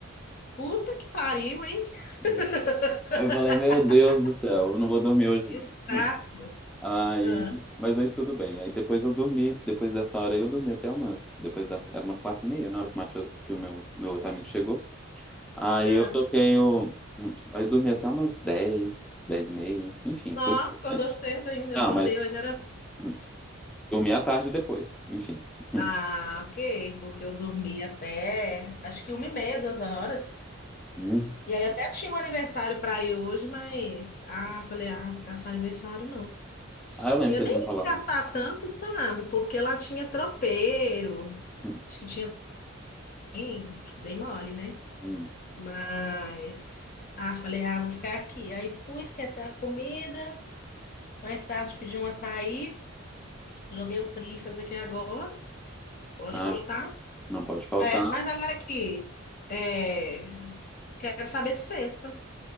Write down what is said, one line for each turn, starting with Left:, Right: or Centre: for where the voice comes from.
Left: Puta que pariu, hein?
Centre: Hum.
Left: <laughs>
Centre: Aí eu falei, meu Deus do céu, eu não vou dormir hoje
Left: Que
Centre: não.
Left: saco.
Centre: Hum. Aí,
Left: Ah,
Centre: mas aí tudo bem. Aí depois eu dormi, depois dessa hora aí eu dormi até umas, depois das, era umas quatro e meia, na hora que o Matheus, que o meu, meu outro amigo chegou. Aí
Left: ah.
Centre: eu toquei o. Aí eu dormi até umas 10 10 e meia. Enfim,
Left: Nossa,
Centre: dormi bastante.
Left: acordou cedo ainda.
Centre: Não,
Left: Eu acordei
Centre: mas
Left: hoje, era.
Centre: hum, dormi à tarde depois. Enfim. <laughs>
Left: Ah, ok, porque eu dormi até acho que uma e meia, duas horas.
Centre: Hum.
Left: E aí até tinha um aniversário para ir hoje, mas ah, falei, ah, vou ficar sem aniversário não.
Centre: Ah, eu lembro
Left: E
Centre: que
Left: eu
Centre: você
Left: nem
Centre: tinha falado.
Left: ia gastar tanto, sabe? Porque lá tinha tropeiro.
Centre: Hum,
Left: Acho que tinha também, dei mole, né?
Centre: hum.
Left: Mas ah, falei, ah, vou ficar aqui. Aí fui esquentar a comida, mais tarde pedi um açaí, joguei o fritas aqui agora. Pode
Centre: Ah,
Left: faltar.
Centre: j- não pode faltar.
Left: É, mas agora aqui. é, Quero saber de sexta.